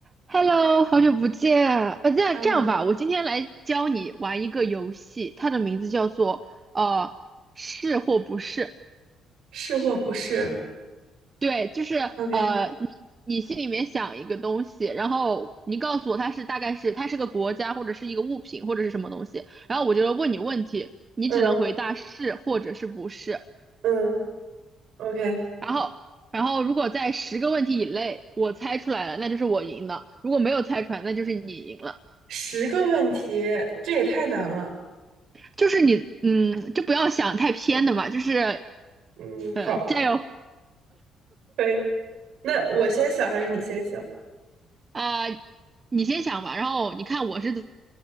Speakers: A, on the right; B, on the right.
A: Hello，好久不见。呃，这样这样吧，
B: 看吗？
A: 我今天来教你玩一个游戏，它的名字叫做呃是或不是。
B: 是或不是
A: 对，就是呃你你心里面想一个东西，
B: ？OK，
A: 然后你告诉我它是大概是它是个国家或者是一个物品或者是什么东西，然后我就问你问题，你只能回答是或者是不是。
B: 嗯嗯，OK，
A: 然后然后如果在十个问题以内我猜出来了，那就是我赢了；如果没有猜出来，那就是你赢了。
B: 十个问题，这也太难了。
A: 就是你，嗯，就不要想太偏的嘛，就是
B: 嗯，
A: 呃，
B: 好，
A: 加油
B: 可以。那我先想还是你先想？
A: 啊、呃你先想吧，然后你看我是怎